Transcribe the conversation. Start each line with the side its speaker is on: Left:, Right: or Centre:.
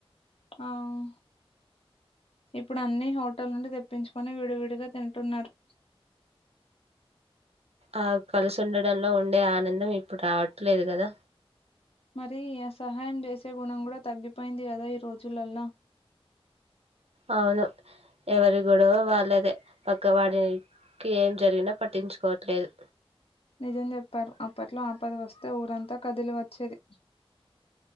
Left: ఆఁ ఇప్పుడు, అన్నీ హోటల్ నుండి దెప్పించుకొని, విడివిడిగ తింటున్నారు.
Right: ఆ కలిసి ఉండడంలో ఉండే ఆనందం, ఇప్పుడు రావట్లేదు గదా.
Left: మరీ య సహాయం చేసే గుణం గుడా తగ్గిపోయింది గదా ఈ రోజులల్ల.
Right: అవును, ఎవరి గొడవ వాళ్ళదే. పక్కవాడేయ్ ఏం జరిగిన పట్టించు కోవట్లేదు.
Left: నిజం జెప్పారు. అప్పట్లో ఆ పతి వస్తే ఊరంతా కదిలి వచ్చేది.